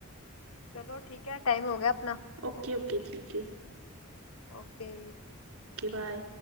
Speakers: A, on the left; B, on the right.
A: چلو ٹھیک ہے ٹم ہو گیا اپنا
B: اوکے اوکے ٹھیک ہے
A: اوکے
B: اوکے بائے